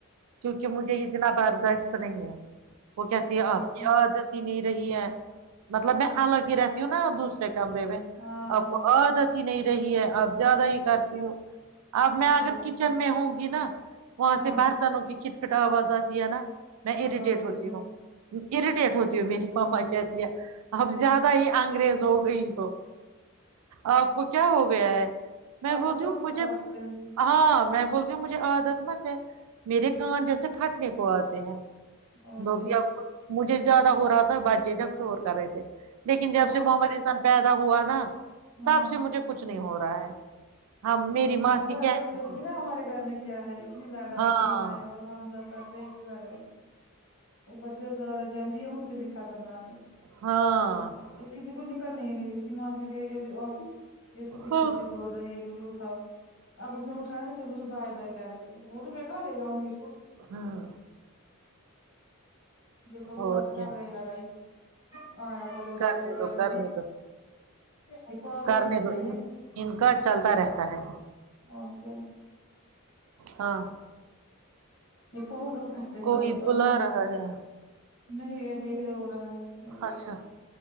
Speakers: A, on the right; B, on the left.
A: کیونکہ مجھے اتنا برداشت نہیں ہے وہ کہتی ہے
B: اور
A: آپ کی
B: کیا
A: عادت جی نہیں رہی ہے مطلب میں الگ ہی رہتی ہوں نا دوسرے کمرے میں
B: ہاں
A: آپ کو عادت ہی نہیں رہی ہے آپ زیادہ ہی کرتی ہو اب میں اگر
B: اور
A: کچن
B: کیا
A: میں ہوں گی نا وہاں
B: ہاں
A: سے برتنوں کی کھٹ پٹ آواز آتی ہے نا میں
B: آپ
A: اریٹیٹ
B: بھاگ جاتے
A: ہوتی
B: ہو
A: ہوں اریٹیٹ ہوتی ہوں میری ماما کہتی ہے اب زیادہ ہی انگریز ہو گئی ہو آپ کو کیا ہو گیا ہے میں
B: آپ
A: بولتی
B: کو مت
A: ہوں مجھے
B: عادت رہے
A: ہاں میں بولتی ہوں مجھے عادت مت ہے میرے کان جیسے پھٹنے کو آتے ہیں
B: اور
A: مجھے
B: کیا
A: زیادہ ہو رہا تھا بچے جب شور کر رہے تھے لیکن جب
B: او
A: سے محمد احسان پیدا ہوا نا
B: ہاں
A: تب سے مجھے کچھ نہیں ہو رہا ہے ہم میری
B: آپ کو
A: ماسی
B: پتا ہے
A: کہتی
B: اگر دیکھو
A: تھی
B: گی نا ہمارے گھر میں کیا ہے اتنی لڑائی
A: ہاں
B: ہے اور ہم سب کرتے لڈائی اوپر سے ازارا جان بھی ہے ان سے بھی خطرناک ہے
A: ہاں
B: یہ کسی کو نکلنے ہی نہیں اس ماںسی گئی ابھی آفس یہ اس کو پیچھے
A: ہاں
B: پیھے دوڑ رہی ہے مجھے اٹھاؤ اب اس نے اٹھایا نا پھر مجھے بائے بائی کر رہی ہے وہ رہی میں کہاں لے جؤں گی اس کو
A: ہاں
B: دیکھو وہ
A: اور
B: بںد
A: کیا
B: کر رہے لڑائی اور روتے
A: کرنے
B: روتے
A: دو
B: آگی
A: کرنے
B: تو
A: دو
B: ایسا پگل
A: کرنے
B: کرتے
A: دو ان
B: ہیں
A: ان کا چلتا رہتا ہے
B: اور کیا
A: ہاں
B: لگتا کم کرتے ہیں
A: کوئی
B: الله
A: بلا رہا ہے
B: نہیں اب یہ رو رہا ہے میرا
A: اچھا
B: بیٹا